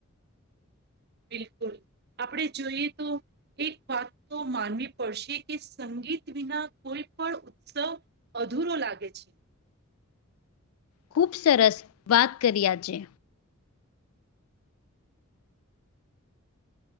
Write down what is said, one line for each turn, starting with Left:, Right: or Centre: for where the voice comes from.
Right: બિલકુલ આપણે જોઈએ તો. એક વાત તો માનવી પડશે કે સંગીત વિના કોઈ પણ ઉત્સવ અધૂરો લાગે છે.
Left: ખુબ સરસ વાત કરી આજે.